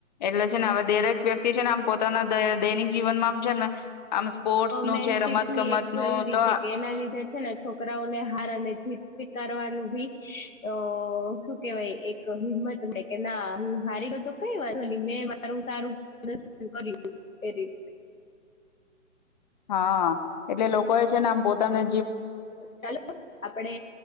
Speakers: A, on the left (about 35°); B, on the left (about 80°).
A: એટલે છે ને હવે દેરેક. વ્યક્તિ છે ને આમ પોતાના દૈનિક. જીવનમાં આમ છે ને આમ સ્પોર્ટ્સ નું
B: મેનશીપી
A: છે રમત ગમત
B: એક જરૂરી
A: નું તો
B: છે કે એના લીધે છે ને છોકરાઓને હાર અને જીત સ્વીકારવાનું ભી. તો શું કેવાય એક હિંમત મળે કે ના હ હારી ગયો તો કઈ વાત મેં મારું સારુંર્શન કર્યું એ રી.
A: હા એટલે લોકો એ છે ને આમ પોતાને.
B: ચાલો આપડે